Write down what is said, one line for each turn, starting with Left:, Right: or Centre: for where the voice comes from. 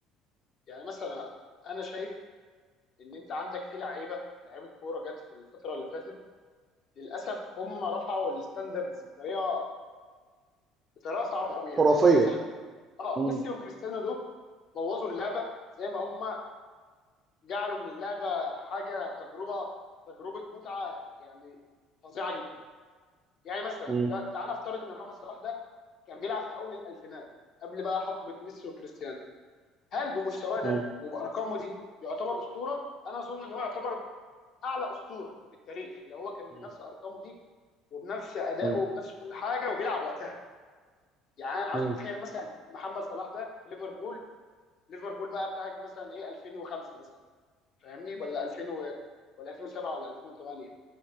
Left: يعني مثلا انا شايف ان انت عندك في لعيبه لعيبه كوره جت في الفتره اللي فاتت للاسف هم رفعوا الستاندردز بطريقه بطريقه صعبه قوي يعني.
Right: خرافيه
Left: يعني انت مثلا اه
Right: مم.
Left: ميسي وكريستيانو دول بوظوا اللعبه زي ما هم جعلوا من اللعبه حاجه تجربه تجربه متعه يعني فظيعه جدا يعني مثلا
Right: مم.
Left: لا تعال افترض ان محمد صلاح ده كان بيلعب في اول الالفينات قبل بقى حقبه ميسي وكريستيانو هل بمستواه ده
Right: مم.
Left: وبارقامه دي يعتبر اسطوره انا اظن ان هو يعتبر اعلى اسطوره في التاريخ لو هو كان
Right: مم.
Left: بنفس ارقامه دي وبنفس ادائه
Right: مم.
Left: وبنفس كل حاجه وبيلعب وقتها يعني أنا عايزك
Right: مم.
Left: تتخيل مثلا محمد صلاح ده في ليفربول ليفربول بقى بتاعت مثلا ايه 2005 مثلا فاهمني ولا 2000 و... ولا 2007 ولا 2008